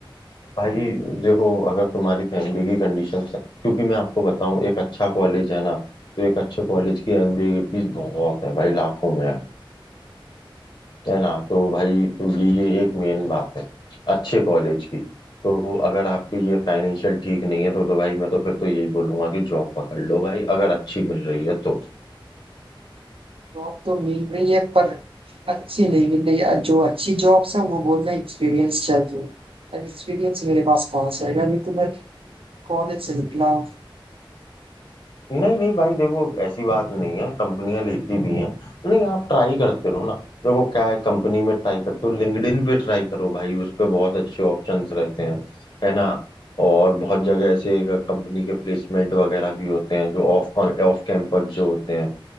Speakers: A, on the left; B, on the right.
A: भाई देखो अगर तुम्हारी फैमिली की कंडीशन है क्योंकि मैं आपको बताऊं एक अच्छा कॉलेज है ना तो एक अच्छे कॉलेज की एमबीए की फीस बहुत है भाई लाखों में है है ना तो भाई ये ये एक मेन बात है अच्छे कॉलेज की तो अगर आपकी ये फाइनेंशियल ठीक नहीं है तो तो भाई मैं तो फिर तो यही बोलूंगा कि जॉब पकड़ लो भाई अगर अच्छी मिल रही है तो
B: जॉब तो मिल रही है पर अच्छी नहीं मिल रही है। जो अच्छी जॉब्स है वो बोल रहे हैं एक्सपीरियंस चाहिए अब एक्सपीरियंस मेरे पास कहाँ से आएगा अभी तो मैं कॉलेज से निकला हूँ
A: नहीं नहीं भाई देखो ऐसी बात नहीं है कंपनियां लेती भी हैं नहीं आप ट्राई करते रहो ना देखो क्या है कंपनी में ट्राई करते हो लिंक्डइन पे ट्राई करो भाई उस पे बहुत अच्छे ऑप्शंस रहते हैं है ना और बहुत जगह ऐसे कंपनी के प्लेसमेंट वगैरह भी होते हैं जो ऑफ ऑफ कैंपस जो होते हैं